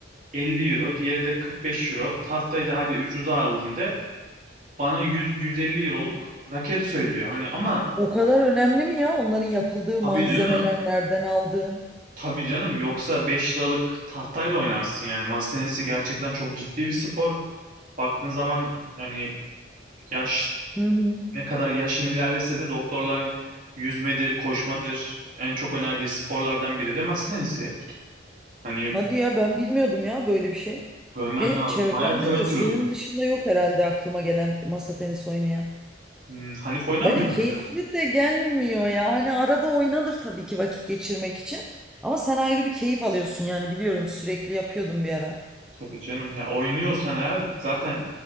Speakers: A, on the right; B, in the centre.
A: 50 euro, diğeri de 45 euro. Tahtayı da hadi ucuza aldın de bana 100-150 euroluk raket söylüyor. Hani ama
B: O kadar önemli mi ya onların yapıldığı
A: tabii
B: malzemeler
A: canım,
B: nereden aldığın?
A: tabii canım yoksa 5 liralık tahtayla oynarsın yani. Masa tenisi gerçekten çok ciddi bir spor. Baktığın zaman yani yaş
B: Hı hı.
A: ne kadar yaşın ilerlese de doktorların yüzmedir, koşmadır en çok önerdiği sporlardan biri de masa tenisi. Hani
B: Hadi ya ben bilmiyordum ya böyle bir şey.
A: görmen
B: Benim
A: lazım.
B: çevremde
A: Bayağı ter atıyor.
B: de senin dışında yok herhalde aklıma gelen masa tenisi oynayan.
A: Hmm, Hanif oynamıyor
B: Bence
A: muydu?
B: keyifli de gelmiyor ya. Hani arada oynanır tabii ki vakit geçirmek için. Ama sen ayrı bir keyif alıyorsun yani biliyorum sürekli yapıyordum bir ara.
A: Tabii canım ya oynuyorsan eğer zaten